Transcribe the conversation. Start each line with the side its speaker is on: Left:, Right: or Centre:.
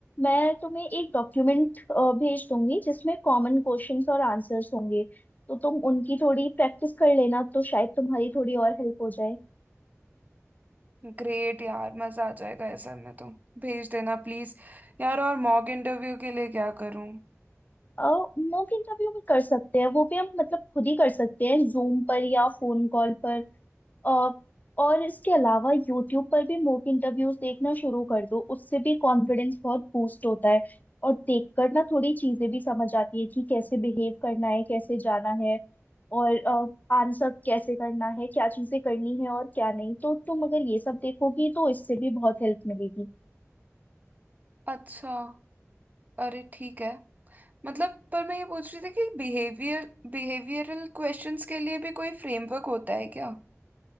Left: मैं तुम्हें एक डॉक्यूमेंट भेज दूंगी जिसमें कॉमन क्वेश्चंस और आंसर्स होंगे तो तुम उनकी थोड़ी प्रैक्टिस कर लेना तो शायद तुम्हारी थोड़ी और हेल्प हो जाए
Right: ग्रेट यार मजा आ जाएगा ऐसे में तो भेज देना प्लीज यार और मॉक इंटरव्यू के लिए क्या करूं
Left: मॉक इंटरव्यू भी कर सकते हैं वो भी हम मतलब खुद ही कर सकते हैं जूम पर या फोन कॉल पर अ, और इसके अलावा यूट्यूब पर भी मॉक इंटरव्यूज देखना शुरू कर दो उससे भी कॉन्फिडेंस बहुत बूस्ट होता है और देखकर ना थोड़ी चीजें भी समझ आती है कि कैसे बिहेव करना है कैसे जाना है और आंसर कैसे करना है क्या चीजें करनी है और क्या नहीं तो तुम अगर ये सब देखोगी तो इससे भी बहुत हेल्प मिलेगी
Right: अच्छा अरे ठीक है मतलब पर मैं ये पूछ रही थी कि बिहेवियर बिहेवियरल क्वेश्चंस के लिए भी कोई फ्रेमवर्क होता है क्या